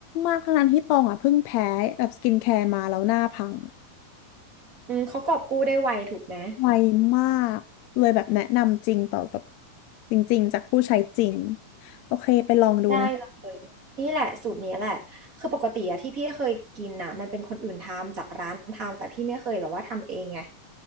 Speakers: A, on the left; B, on the right.
A: มากๆทั้งนั้นที่ตองอ่ะเพิ่งแพ้แบบสกินแคร์มาแล้วหน้าพัง
B: อืมเขากอบกู้ได้ไวถูกไหม
A: ไวมากเลยแบบแนะนำจริงต่อแบบจริงๆจากผู้ใช้จริงโอเคไปลองดูนะ
B: ได้เลยนี่แหละสูตรนี้แหละคือปกติอะที่พี่เคยกินนะมันเป็นคนอื่นทำจากร้านทำแต่พี่ไม่เคยแบบว่าทำเองไง